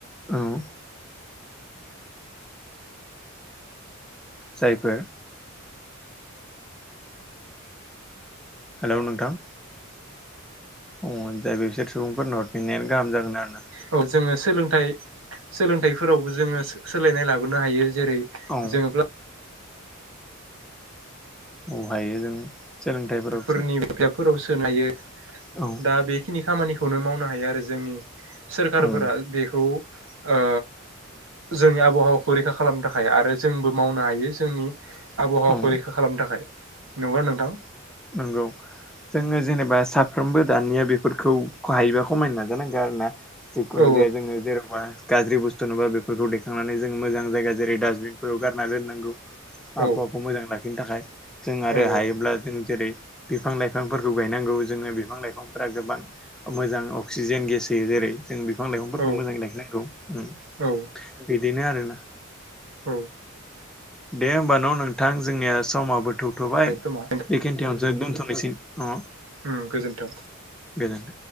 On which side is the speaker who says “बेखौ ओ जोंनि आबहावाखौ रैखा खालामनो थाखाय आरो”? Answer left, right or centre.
Right